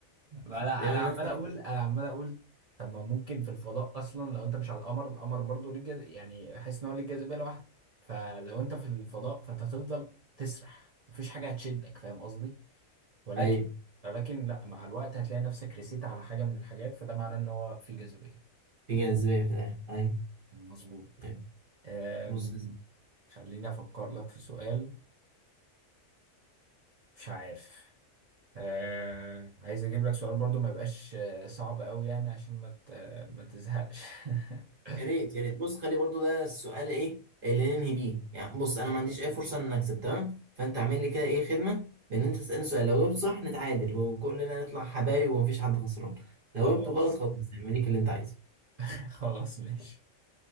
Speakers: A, on the right (about 80°); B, on the right (about 50°).
A: انا
B: دايما
A: انا
B: الناس
A: عمال
B: لما-
A: اقول انا عمال اقول طب ما ممكن في الفضاء اصلا لو انت مش على القمر القمر برضه ليه جاز... يعني احس ان هو ليه جاذبيه لوحده فلو انت في الفضاء فانت هتفضل تسرح مفيش حاجه هتشدك فاهم قصدي ولكن
B: أيوة
A: ولكن لا مع الوقت هتلاقي نفسك رسيت على حاجه من الحاجات فده معناه ان هو في جاذبيه
B: في جاذبية في الآخر أيوة
A: مظبوط
B: أيوة.
A: أم...
B: بص يا سيدي،
A: خليني افكر لك في سؤال مش عارف آه عايز اجيب لك سؤال برضو ما يبقاش آه، صعب قوي يعني عشان ما ت- ما تزهقش <laughs>
B: يا ريت يا ريت بص خلي برضو ده السؤال إيه اللي ننهي بيه يعني بص أنا ما عنديش أي فرصة إن أكسب تمام فأنت اعمل لي كده إيه خدمة بإن أنت تسألني سؤال لو جبت صح نتعادل وكلنا نطلع حبايب ومفيش حد خسران لو
A: خلاص
B: جبته غلط خلاص اعمل ليك اللي أنت عايزه
A: <laughs> خلاص ماشي